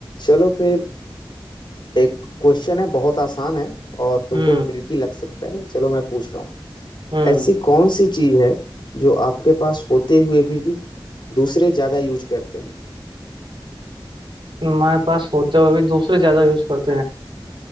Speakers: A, on the left; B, on the right.
A: चलो फिर एक क्वेश्चन है बहुत आसान है और तुमको
B: हम्म
A: ट्रिकी लग सकता है चलो मैं पूछ रहा हूँ
B: हम्म
A: ऐसी कौन सी चीज है जो आपके पास होते हुए भी दूसरे ज्यादा यूज करते हैं
B: हमारे पास होते हुए भी दूसरे ज्यादा यूज करते हैं